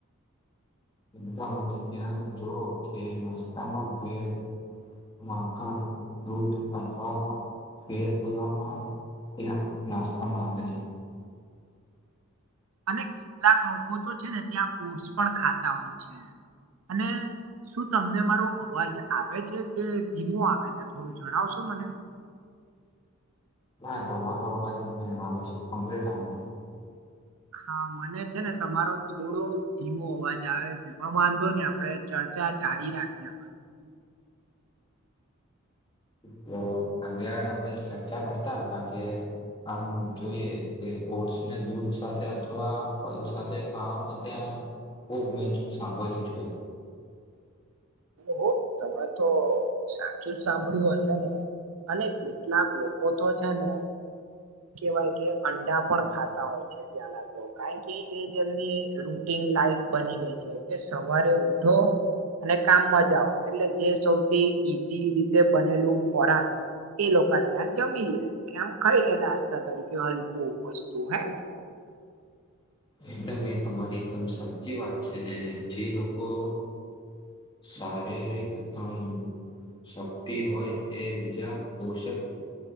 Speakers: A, on the left (about 20°); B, on the right (about 85°).
A: એકદમ અને ત્યાં જોવો કે નસ્તામાં ભીડ માકણ, દૂધ અથવા ફેર લેવામાં ત્યાં નાસ્તામાં આવે છે.
B: અને કેટલાક લોકો તો છે ને ત્યાં ઓટ્સ પણ ખાતા હોય છે. અને શું તમને મારો અવાજ આવે છે કે ધીમો આવે છે થોડું જણાવશો મને
A: ના, તમારો અવાજ મને આવે છે કમ્પ્લીટ આવ્યો.
B: હા મને છે ને તમારો થોડો ધીમો અવાજ આવે છે પણ વાંધો નને આપડે ચર્ચા જાડી રાખીએ આપડન.
A: તો આગેળ આપડે ચર્ચા કરતા હતા કે આમ જોઈએ કે ઓટ્સને દૂધ સાથે અથવા ફલ સાથે ખાવામાં ત્યાં ખૂબ મેં જ સાંભળ્યું છે,
B: હ તમે તો સાચું જ સાંભળ્યું હશે ને. અને કેટલાક લોકો તો છે ને, કેવાય કે અંડા પણ ખાતા હોય છે ત્યાંના તો કારણ કે એજ એમની રૂટીન લાઈફ બની ગઈ છે કે સવારે ઉઠો અને કામમાં જાવ એટલે જે સૌથી ઈઝી રીતે બનેલું ખોરાક એ લોકો ત્યાં જમી લે કે આમ ખાઈ લે નાસ્તા તરીકે હલકું વસ્તુ હે ને <inaudible>
A: એકદમ એ તમારી એકદમ સાચી વાત છે ને જે લોકો શારીરિક કામ શક્તિ હોય તે બીજા પોષક